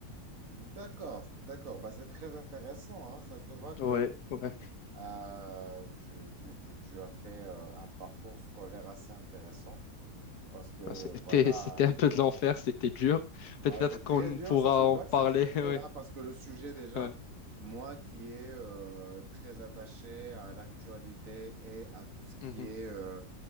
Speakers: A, on the right; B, on the left.
A: D'accord, d'accord. Bah, c'est très intéressant, hein. Ça se voit que
B: Ouais, ouais.
A: euh, tu, tu, tu, tu as fait euh, un parcours scolaire assez intéressant parce que
B: Ben, c'était,
A: voilà,
B: <laughs> c'était un peu de l'enfer, c'était dur. Peut-être
A: Ouais, c'est très
B: qu'on
A: dur,
B: pourra
A: ça se voit
B: en parler.
A: que c'est très dur,
B: <laughs> ouais,
A: hein, parce que le sujet déjà,
B: ouais.
A: moi qui est euh, très attaché à l'actualité et à tout ce qui
B: Mhm,
A: est euh,